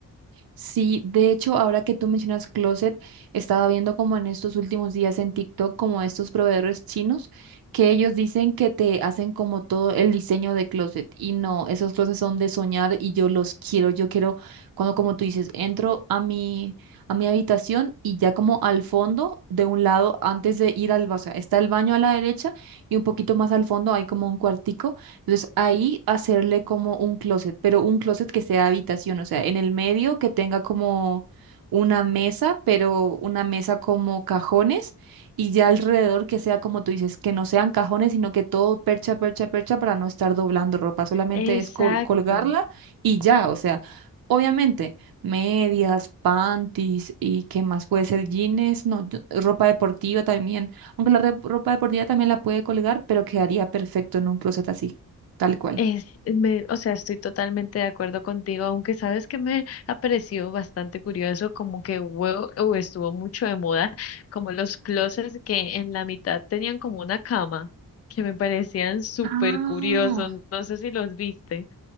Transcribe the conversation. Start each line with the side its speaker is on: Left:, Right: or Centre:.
Right: Sí, de hecho, ahora que tú mencionas Closet, estaba viendo como en estos últimos días en TikTok, como estos proveedores chinos, que ellos dicen que te hacen como todo el diseño de Closet. Y no, esos Closets son de soñar y yo los quiero. Yo quiero, cuando como tú dices, entro a mi, a mi habitación y ya como al fondo, de un lado, antes de ir al, ba- o sea, está el baño a la derecha y un poquito más al fondo hay como un cuartico entonces ahí hacerle como un closet, pero un closet que sea habitación, o sea, en el medio que tenga como una mesa, pero una mesa como cajones y ya alrededor que sea como tú dices, que no sean cajones, sino que todo percha, percha, percha para no estar doblando ropa, solamente
Left: Exacto.
Right: es col- colgarla y ya, o sea, obviamente medias, panties y qué más puede ser jeans, no, yo- ropa deportiva también, aunque la re- ropa deportiva también la puede colgar, pero quedaría perfecto en un closet así tal cual.
Left: Es, me, o sea, estoy totalmente de acuerdo contigo, aunque sabes que me ha parecido bastante curioso, como que hubo, o estuvo mucho de moda, como los closets que en la mitad tenían como una cama, que me parecían súper
Right: Ah,
Left: curiosos. No sé si los viste.